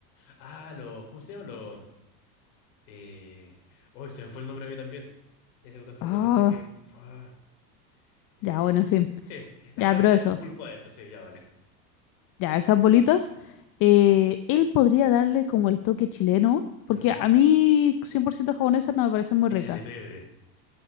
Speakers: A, on the left; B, on the left.
A: Ah, los, ¿cómo se llama? Los, eh... Hoy se me fue el nombre a mí también. Esa cuestión japonesa
B: Ah,
A: que... ah, eh...
B: ya, bueno, en fin.
A: Sí, las
B: Ya,
A: bolitas
B: pero eso,
A: con pulpo adentro, sí, ya vale.
B: ya, esas bolitas. eh, él podría darle como el toque chileno, porque
A: Ujú.
B: a mí 100% japonesa no me parecen muy
A: Échale
B: ricas.
A: pebre.